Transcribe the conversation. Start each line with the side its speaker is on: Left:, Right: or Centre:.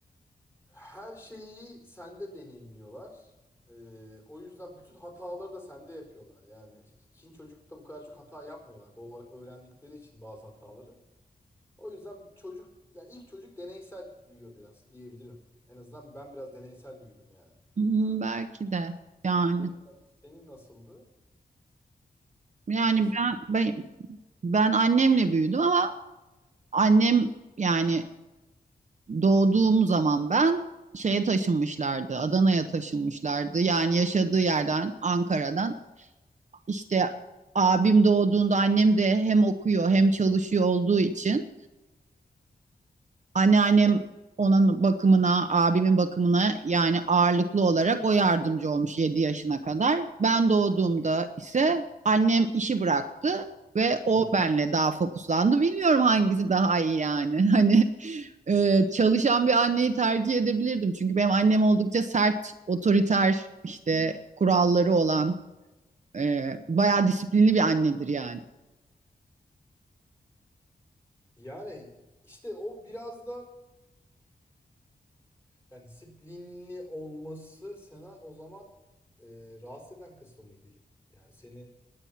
Left: her şeyi sende deneyimliyorlar. Ee, o yüzden bütün hataları da sende yapıyorlar. Yani ikinci çocukta bu kadar çok hata yapmıyorlar. Doğal olarak öğrendikleri için bazı hataları. O yüzden çocuk, yani ilk çocuk deneysel büyüyor biraz diyebilirim. En azından ben biraz deneysel büyüdüm yani.
Right: Hmm, belki de yani.
Left: Senin senin nasıldı?
Right: Yani
Left: Nasıl?
Right: ben, ben ben annemle büyüdüm ama annem yani doğduğum zaman ben şeye taşınmışlardı. Adana'ya taşınmışlardı. Yani yaşadığı yerden Ankara'dan işte abim doğduğunda annem de hem okuyor hem çalışıyor olduğu için anneannem onun bakımına, abimin bakımına yani ağırlıklı olarak o yardımcı olmuş 7 yaşına kadar. Ben doğduğumda ise annem işi bıraktı ve o
Left: Hı hı.
Right: benle daha fokuslandı. Bilmiyorum hangisi daha iyi yani. <laughs> Hani e, çalışan bir anneyi tercih edebilirdim. Çünkü benim annem oldukça sert, otoriter, işte kuralları olan ee, bayağı disiplinli bir annedir yani.
Left: Yani işte o biraz da yani disiplinli olması sana o zaman e, rahatsız eden kısmı mıydı? Yani seni